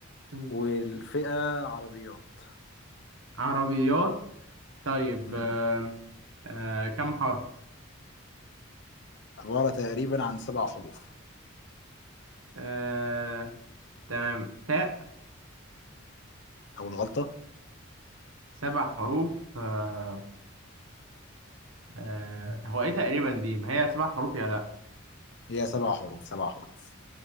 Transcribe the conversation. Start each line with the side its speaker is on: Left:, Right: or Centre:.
Right: مم.
Left: والفئة عربيات
Right: عربيات طيب
Left: مم.
Right: آه آه كم حرف
Left: عبارة تقريبا عن سبع حروف
Right: آه تمام تاء
Left: او الغلطة
Right: سبع حروف آه آه هو ايه تقريبا دي ما هي سبع حروف يا لا
Left: هي سبع حروف سبع حروف